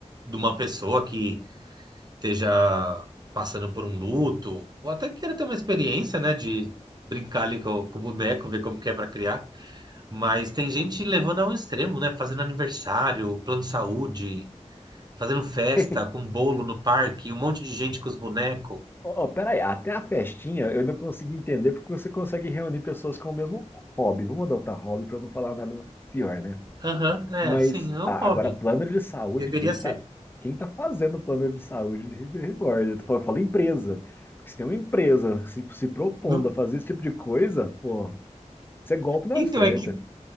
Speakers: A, on the right (about 35°); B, on the left (about 15°).
A: de uma pessoa que esteja passando por um luto, ou até queira ter uma experiência, né? De brincar ali com, o- com o boneco, ver como que é para criar. Mas tem gente levando ao extremo, né? Fazendo aniversário, plano de saúde. fazendo festa
B: <laughs>
A: com bolo no parque, um monte de gente com os bonecos.
B: oh, peraí, até a festinha eu ainda consegui entender porque você consegue reunir pessoas com o mesmo hobby. Vamos adotar hobby para não falar nada pior, né?
A: Aham, é,
B: Mas
A: sim, é
B: ah,
A: um hobby.
B: agora, plano de saúde,
A: Deveria
B: quem
A: ser.
B: tá, quem tá fazendo plano de saúde de Ribeirão Reborn? Eu falo, eu falo empresa. Porque se tem uma empresa se, se propondo
A: Não-
B: a fazer esse tipo de coisa, pô, isso é golpe na
A: Então,
B: certa.
A: é que